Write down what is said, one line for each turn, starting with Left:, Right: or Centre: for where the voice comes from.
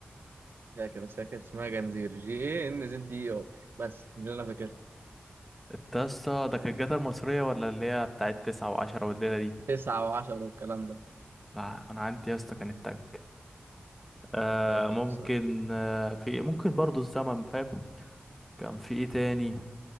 Right: مش فاكر بس هي كانت اسمها جنزير جي اي ان زد دي ار بس دي اللي انا فاكرها
Centre: انت يا اسطى ده كانت جاتا المصريه ولا اللي هي بتاعت تسعة وعشرة والليله دي
Right: تسعة وعشرة والكلام ده
Centre: لا انا عندي يا اسطى كانت تانك آه
Right: مش فاكر
Centre: ممكن
Right: بصراحة
Centre: آه في ممكن برضو الزمن فاهم كان في ايه تاني